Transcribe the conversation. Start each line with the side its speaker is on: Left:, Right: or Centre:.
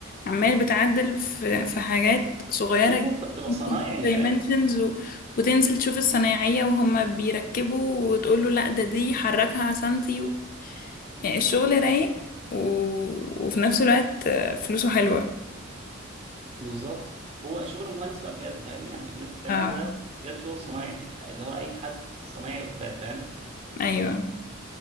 Left: عمال بتعدل في, في حاجات صغيرة
Right: ايوه
Left: جدا
Right: انت بتبقى
Left: وتظبط
Right: صنايعي
Left: دايمنشنز
Right: فاهم
Left: و... وتنزل تشوف الصنايعية وهم بيركبوا وتقول له لا ده دي حركها سنتي و... يعني الشغل رايق و... وفي نفس الوقت آه، فلوسه حلوة
Right: بالظبط هو شغل مهندس بقى بجد فاهم يعني اللي انت بتعمله
Left: اه
Right: ده بجد شغل صناعي اللي هو اي حد صنايعي اوتوكاد فاهم
Left: ايوه